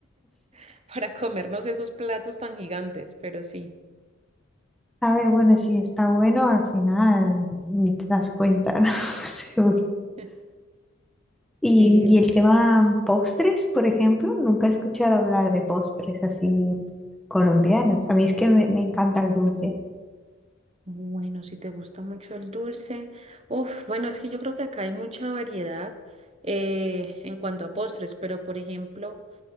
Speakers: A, on the right; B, in the centre.
A: <laughs> para comernos esos platos tan gigantes, pero sí.
B: A ver, bueno, si está bueno, al final ni te das cuenta, <laughs> ¿no? Seguro.
A: <laughs>
B: Y,
A: Sí,
B: y el tema postres, por ejemplo, nunca he escuchado hablar de postres así colombianos. A mí es que me, me encanta el dulce.
A: bueno, si te gusta mucho el dulce. Uf, bueno, es que yo creo que acá hay mucha variedad eh, en cuanto a postres, pero por ejemplo...